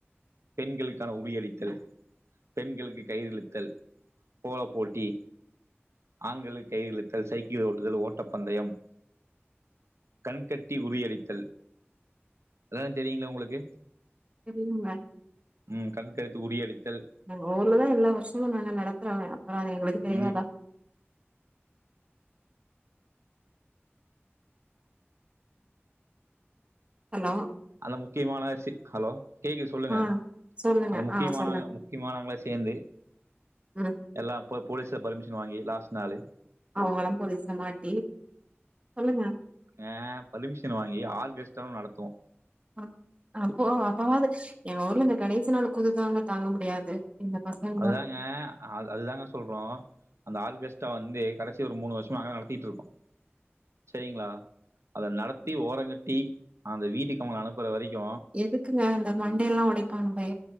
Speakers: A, on the right; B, on the right.
A: பெண்களுக்கான உறி அடித்தல் பெண்களுக்கு கையிறிழுத்தல் கோல போட்டி ஆண்களுக் கயிறு இழுத்தல் சைக்கிள் ஓட்டுதல் ஓட்ட பந்தயம் கண்கட்டி உரியடித்தல் இதெல்லா தெரியுங்களா உங்களுக்கு
B: தெரியுங்க
A: ம் கண்கருத்து உறி அடித்தல்
B: நாங்க ஊர்லதா எல்லா வருஷமு நாங்க நடத்துறமே அப்றோ அது எங்களுக்கு தெரியாதா
A: ம்
B: ஹலோ
A: அதுல முக்கியமான சி ஹலோ கேக்குது சொல்லுங்க
B: ஆ சொல்லுங்க
A: அந்த முக்கியமானவங்க
B: ஆ சொல்லுங்க
A: முக்கியமானவங்களா சேந்து
B: ம்
A: எல்லா போ போலீஸ்ல பர்மிஷன் வாங்கி லாஸ்ட் நாலு
B: அவங்களும் போலீஸ்ல மாட்டி சொல்லுங்க
A: ஏ பர்மிஷன் வாங்கி ஆர்கேஸ்டாவும் நடத்துவோ
B: ஆ அப்போ அப்பவாது எங்க ஊர்ல இந்த கடைசி நாள் குத்துதாங்க தாங்க முடியாது இந்த பசங்க
A: அதாங்க அ அது தாங்க சொல்றோ அந்த ஆர்கஸ்ட்டா வந்து கடைசி ஒரு மூணு வருஷமா நாங்கதா நடத்திட்டு இருக்கோ சரிங்களா அத நடத்தி ஓரங்கட்டி அந்த வீட்டுக்கு அவங்கள அனுப்புற வரைக்கு
B: எதுக்குங்க இந்த மண்டேல்லா ஓடைப்பாங்களே